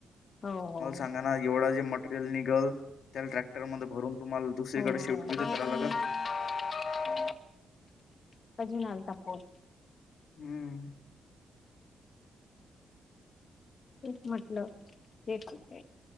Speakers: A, on the left; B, on the left.
A: हो हो
B: मला सांगा ना, एवढा जे मटेरियल निघल. त्या ट्रॅक्टरमध्ये भरून तुम्हाला. दुसरीकडे
A: हो
B: शिफ्ट बी
A: हो <unintelligible>
B: तर करावं लागल.
A: <inaudible> अजून आलता फोन.
B: हंम्म.
A: तेच म्हटलं एक-